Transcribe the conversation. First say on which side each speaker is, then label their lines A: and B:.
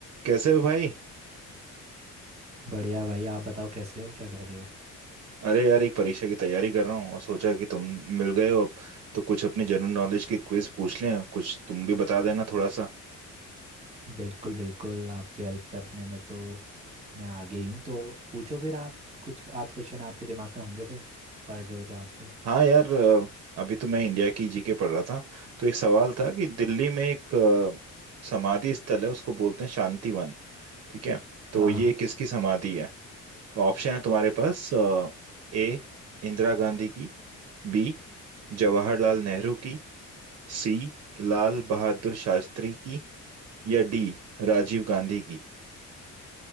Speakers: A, on the right; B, on the right.
A: कैसे हो भाई
B: बढ़िया भाई आप बताओ कैसे हो क्या कर रहे हो
A: अरे यार एक परीक्षा की तैयारी कर रहा हूँ और सोचा कि तुम मिल गए हो अब तो कुछ अपनी जनरल नॉलेज की क्विज पूछ लें कुछ तुम भी बता देना थोड़ा सा
B: बिल्कुल बिल्कुल आपकी हेल्प करने में तो मैं आगे ही हूँ तो पूछो फिर आप कुछ आध क्वेश्चन आपके दिमाग में होंगे फिर पढ़ रहे हो तो आजकल
A: हाँ यार अ, अभी तो मैं इंडिया की जीके पढ़ रहा था तो एक सवाल था कि दिल्ली में एक अ, समाधि स्थल है उसको बोलते हैं शांतिवन ठीक है तो
B: हाँ
A: ये
B: हाँ
A: किसकी समाधि है तो ऑप्शन है तुम्हारे पास ए इंदिरा गांधी की बी जवाहरलाल नेहरू की सी लाल बहादुर शास्त्री की या डी राजीव गांधी की